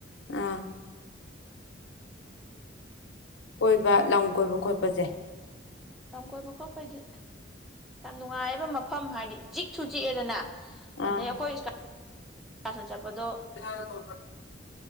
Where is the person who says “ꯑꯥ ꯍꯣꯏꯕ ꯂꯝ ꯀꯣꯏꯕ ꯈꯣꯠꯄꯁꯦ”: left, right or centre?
Left